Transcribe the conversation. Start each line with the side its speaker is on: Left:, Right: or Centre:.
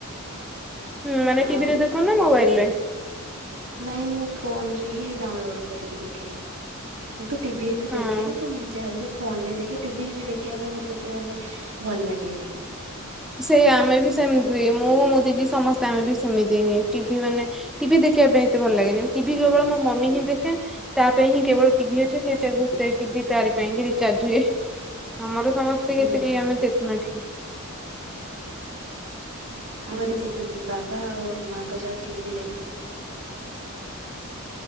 Centre: ହୁଁ ମାନେ
Right: ଆଉ
Centre: ଟିଭି ରେ ଦେଖ ନା ମୋବାଇଲ ରେ?
Right: ନାଇଁ ମୁଁ ଫୋନ ରେ ହିଁ ଡାଉନଲୋଡ କରିକି ଦେଖେ। ମୁଁ ତ ଟିଭି ଏତେ
Centre: ହଁ।
Right: ଦେଖେନି ତ, ମୁଁ <unintelligible> ଫୋନ ରେ ଦେଖେ, ଟିଭି ଫିବି ଦେଖିବା ପାଇଁ ମତେ ଏତେ ମାନେ ଭଲ ଲାଗେନି।
Centre: ସେୟା ଆମେ ବି ସେମିତି, ମୁଁ ମୋ ଦିଦି ସମସ୍ତେ ଆମେ ବି ସେମିତି, ଟିଭି ମାନେ ଟିଭି ଦେଖିବା ପାଇଁ ଏତେ ଭଲ ଲାଗେନି, ଟିଭି କେବଳ ମୋ ମମି ହିଁ ଦେଖେ। ତା ପାଇଁ ହିଁ କେବଳ ଟିଭି ଅଛି, ସେ ଟି ଭି ତାରି ପାଇଁ କିି ରିଚାର୍ଜ ହୁଏ। ଆମର ସମସ୍ତେ
Right: ସେ
Centre: ଏତେ
Right: କଥା
Centre: କେହି ଆମେ ଦେଖୁନା ଟି ଭି।
Right: ଆମ ସେ ବି ବାବା ଆଉ ମାଆଙ୍କ ଯାହା କେହି ବି ଦେଖ